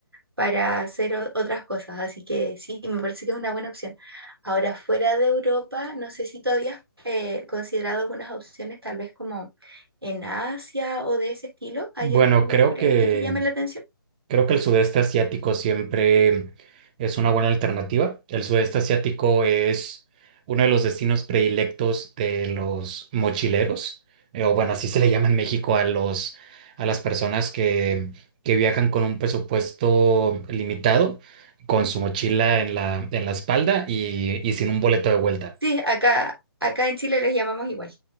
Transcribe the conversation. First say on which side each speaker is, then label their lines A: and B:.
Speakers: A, on the right (about 80°); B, on the right (about 20°).
A: para hacer o- otras cosas. Así que sí, me parece que es una buena opción. Ahora, fuera de Europa, no sé si todavía has eh, considerado algunas opciones, tal vez como en Asia o de ese estilo. ¿Hay
B: Bueno,
A: algún lugar
B: creo
A: por
B: que
A: ahí que te llame la atención?
B: Creo que el sudeste asiático siempre es una buena alternativa. El sudeste asiático es uno de los destinos predilectos de los mochileros, eh, o bueno, así se le llama en México a los, a las personas que, que viajan con un presupuesto limitado, con su mochila en la, en la espalda y, y sin un boleto de vuelta.
A: Sí, acá, acá en Chile les llamamos igual.